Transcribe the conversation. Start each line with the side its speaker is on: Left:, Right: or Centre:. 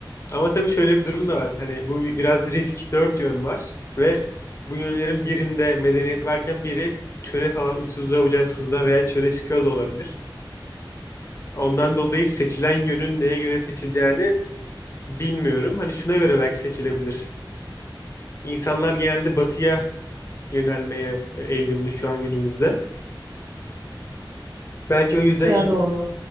Left: ama tabii şöyle bir durum da var. Hani bu bi- biraz risk. Dört yön var ve bu yönlerin birinde medeniyet varken biri çöle falan uçsuzluğa bucaksızlığa veya çöle çıkıyor da olabilir. Ondan dolayı seçilen yönün neye göre seçileceğini Bilmiyorum. Hani şuna göre belki seçilebilir. İnsanlar genelde batıya yönelmeye e, eğilimli şu an günümüzde. Belki o yüzden
Right: <laughs> Batıya
Left: ille,
Right: doğru.